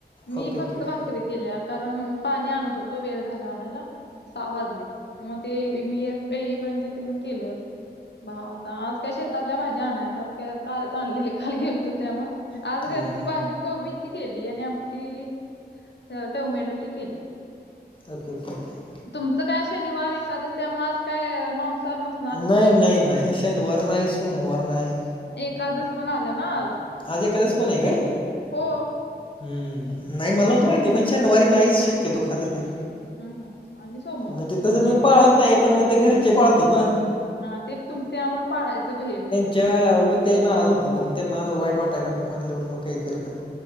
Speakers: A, on the left; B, on the left.
A: मी
B: ओके
A: फक्त
B: ओके ओके
A: भाकरी केल्या कारण पाणी आणत होतो वेळ झाला आणायला सहा वाजले म ते मी असते येईपर्यंत तीन के केलं बा आता आज का शेतातल्या भाज्या आणाय त्यात काय कालच आणलेले खाली गेलतो त्या मूळ
B: हम्म
A: आज घरची भाजी कोबी ची केली आणि आमटी टोमॅटोची केली
B: ओके, ओके, ओके
A: तुमचं काय शनिवार एकादश त्यामुळे आज काय मांसाहार नस
B: नाही, नाही, नाही शनिवार नाही सोमवार नाही
A: एकादश पण आल्या ना आज
B: आज एकादश पण आहे काय
A: हो
B: हम्म नाही मला नव्हत माहिती पण शनिवारी नाहीच शक्यतो खातच नाही
A: हं. आणि सोमवार.
B: म्हणजे तसं मी पाळत
A: वार
B: नाही पण म ते घरचे पाळतात ना
A: हा ते तुम त्यामुळे पाळायचं ब हे
B: च्या उगं ते नाराज होत्यात मग त्यांना वाईट वाटाय नको म्हणल्यावर मग काही करत नाही